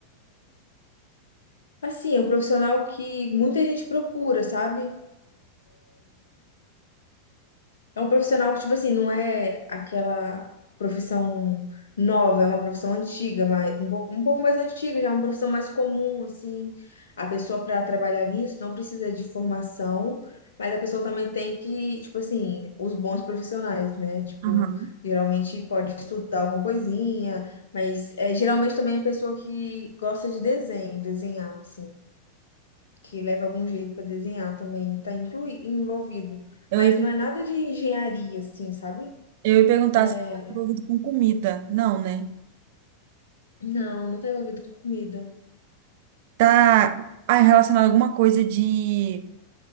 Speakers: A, on the left (about 65°); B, on the right (about 50°).
A: assim, é um profissional que muita gente procura, sabe? É um profissional que, tipo assim, não é aquela profissão nova, é uma profissão antiga, mas um pouco, um pouco mais antiga, já é uma profissão mais comum, assim. A pessoa para trabalhar nisso não precisa de formação, mas a pessoa também tem que, tipo assim, os bons profissionais, né? Tipo,
B: Aham.
A: geralmente pode estudar alguma coisinha, mas é, geralmente também é pessoa que gosta de desenho, desenhar, assim que leva algum jeito para desenhar também, está inclui envolvido.
B: Eu,
A: Mas
B: ia-
A: não é nada de engenharia, assim, sabe?
B: eu ia perguntar
A: Não é.
B: se tá envolvido com comida. Não, né?
A: Não, não está envolvido com comida.
B: Tá ah, relacionado a alguma coisa de